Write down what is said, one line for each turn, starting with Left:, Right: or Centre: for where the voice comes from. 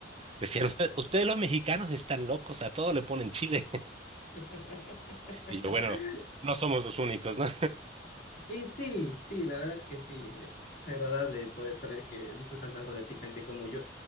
Right: Decían, "Usted- ustedes los mexicanos están locos, a todo le ponen chile. <laughs>
Left: <laughs>
Right: Y yo, bueno, no somos los únicos, ¿no?
Left: Y sí, sí, la verdad que sí. eh, Es agradable poder saber que disfrutan tanto del picante como yo.